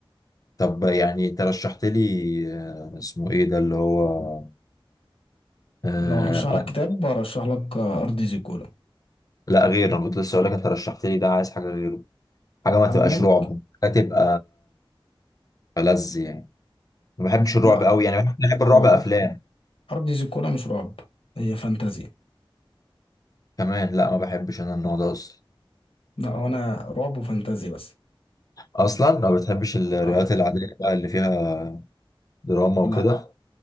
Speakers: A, on the left (about 40°); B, on the left (about 75°).
A: طب يعني انت رشحت لي آه، اسمه ايه ده اللي هو آه
B: لو هرشح لك
A: آه،
B: كتاب هرشح لك آه، ارض زيكولا
A: لا غير انا كنت لسه اقول لك انت رشحت لي ده عايز حاجة غيره حاجة ما
B: آه،
A: تبقاش
B: ممكن
A: رعب حاجة تبقى ألذ يعني ما بحبش الرعب
B: لا
A: قوي يعني بحب بحب الرعب
B: هو
A: افلام
B: ارض ارض زيكولا مش رعب هي فانتازي
A: كمان لا ما بحبش انا النوع ده اصلا
B: لا هو انا رعب وفانتازي بس
A: اصلا ما بتحبش الروايات
B: اه
A: العادية بقى اللي فيها دراما وكده
B: لا